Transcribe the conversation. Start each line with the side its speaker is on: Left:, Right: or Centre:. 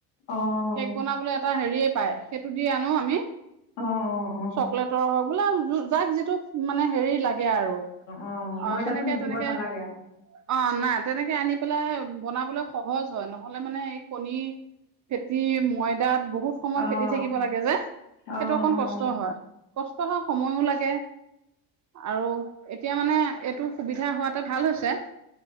Left: আহ
Right: কেক বনাবলৈ এটা হেৰিয়ে পায় সেইটো দি আনো আমি
Left: অ', অ', অ'।
Right: চকলেটৰ হওক বোলা যাক যিটো মানে হেৰি লাগে আৰু
Left: অঁ
Right: অ
Left: ময়দাটো
Right: হেনেকে
Left: নিদিব
Right: তেনেকে
Left: নালাগে
Right: অ না তেনেকে আনি বনাবলৈ সহজ হয় নহলে মানে এই কণী ফেতি ময়দাত বহুত সময়
Left: অঁ
Right: ফেটি থাকিব লাগে যে সেইটো
Left: অঁ
Right: অকণ
Left: অঁ
Right: কষ্ট হয় কষ্ট হয় সময়ো লাগে আৰু এতিয়া মানে এইটো সুবিধা হোৱাতে ভাল হৈছে